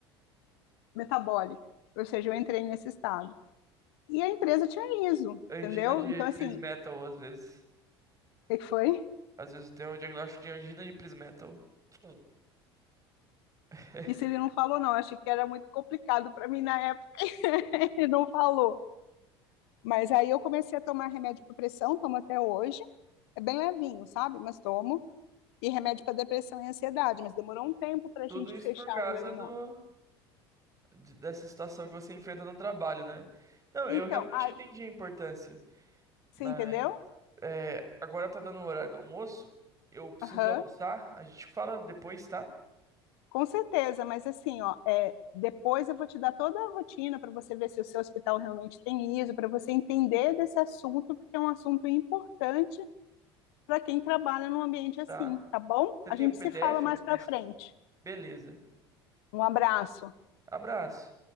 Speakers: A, on the left (about 70°); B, on the right (about 25°).
A: metabólica, ou seja, eu entrei nesse estado. E a empresa tinha ISO,
B: É, Angina
A: entendeu?
B: de
A: Então,
B: Prismetal,
A: assim,
B: às vezes.
A: o que foi?
B: Às vezes tem um diagnóstico de angina de Prismetal. Sim. <laughs>
A: Isso ele não falou, não. Eu achei que era muito complicado para mim na época, <laughs> ele não falou. Mas aí eu comecei a tomar remédio para pressão, tomo até hoje. É bem levinho, sabe? Mas tomo. E remédio para depressão e ansiedade, mas demorou um tempo para
B: Tudo
A: a gente
B: isso
A: fechar
B: por causa
A: o diagnóstico.
B: do, de- dessa situação que você enfrenta no trabalho, né? Não,
A: Então,
B: eu realmente
A: a,
B: entendi a importância.
A: você
B: Mas
A: entendeu?
B: é, agora tá dando o horário do almoço. Eu preciso
A: Aham.
B: almoçar.
A: Uhum.
B: A gente fala depois, tá?
A: Com certeza, mas assim, ó, é, depois eu vou te dar toda a rotina para você ver se o seu hospital realmente tem ISO, para você entender desse assunto, porque é um assunto importante para quem trabalha num ambiente assim,
B: Tá.
A: tá bom?
B: Você
A: A
B: tem
A: gente
B: um PDF,
A: se fala mais
B: alguma coisa
A: para frente.
B: assim? Beleza.
A: Um abraço.
B: Abraço.